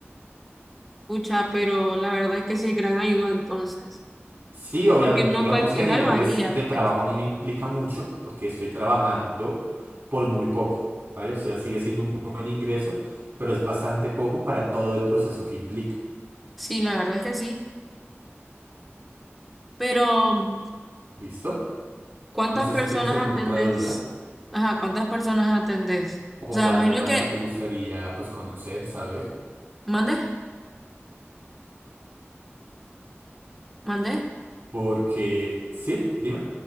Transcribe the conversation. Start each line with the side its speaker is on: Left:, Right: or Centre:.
Centre: Pucha, pero la verdad es que sí es gran ayuda entonces.
Right: Sí, obviamente.
Centre: Porque no
Right: Digamos
Centre: cualquiera
Right: que a niveles
Centre: lo haría,
Right: de
Centre: pues.
Right: trabajo a mí me implica mucho porque estoy trabajando por muy poco, ¿vale? O sea, sigue siendo un buen ingreso, pero es bastante poco para todo el proceso que implica.
Centre: Sí, la verdad es que sí. Pero,
Right: ¿Listo?
Centre: ¿cuántas
Right: No sé
Centre: personas
Right: si tienes alguna
Centre: atendés?
Right: otra duda
Centre: Ajá, ¿cuántas personas atendés?
Right: o
Centre: O sea, me
Right: algo
Centre: imagino
Right: más
Centre: que...
Right: que te gustaría pues conocer, saber,
Centre: ¿Mande? ¿Mandé?
Right: porque sí, dime.